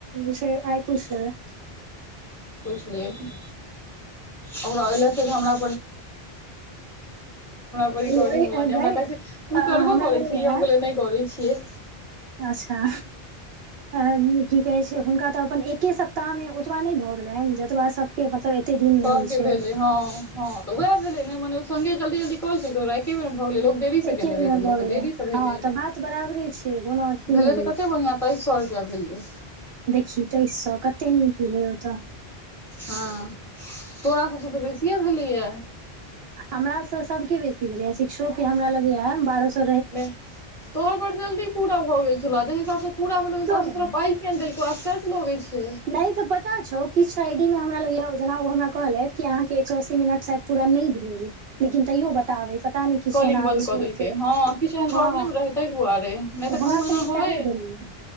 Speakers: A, on the right (about 75°); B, in the centre.
A: विषय आइ पुछिलबै
B: पुछलियौ <unintelligible> <unintelligible> हमरा क
A: लेबै गै
B: है छै तू
A: हमरा
B: करबो करे
A: लगैया
B: छी हमे नहि करे छियै
A: अच्छा अ की कहै छै हुनका तऽ अपन एके सप्ताह मे ओतबा नहि भऽ गेलनि जतबै सब के मतलब एते दिन मे
B: सभके भेलै
A: <unintelligible>
B: हँ हँ <unintelligible> मने संगे जल्दी जल्दी कौल एके बेर भऽ गेलै <unintelligible>
A: एके दिन मे भऽ गेलै
B: देरी से भेलै
A: हँ तऽ बात बराबरे छै कोनो अथी
B: भेलै
A: नहि
B: तऽ कते बढ़िया ऐै स सौ रुपया भेलै
A: देखही तेईस सौ कते नीक भेलै ओतऽ
B: हँ तोरा सभसँ तऽ बेसिए भेलैया
A: हमरा स सबके बेसी भेलैया शिक्षो के हमरा लगैया बारह सौ
B: नहि तोहर बड़ जल्दी पूरा भऽ गेल छलौ जाहि हिसाबसँ पूरा भेलौ ओहि हिसाबसँ
A: <unintelligible>
B: तोरा पाइ किया नै देलकौ आश्चर्य लगै छै
A: नहि तऽ पता छौ किछु आईडी में हमरा लगैया जेना ओ हमरा कहलथि कि अहाँ के एक सौ अस्सी मिनट शायद पूरा नै भेल लेकिन तैयो बताबै पता नहि किछु
B: कॉलिंग
A: एना
B: बन्द
A: इशु
B: कऽ देलकै
A: छै
B: हँ किछु एहन प्रॉब्लम
A: तऽ
B: रहै ताहि दुआरे नहि तऽ
A: हमरा
B: कहूँ एना
A: संगे
B: होय
A: स‌एहे भेलै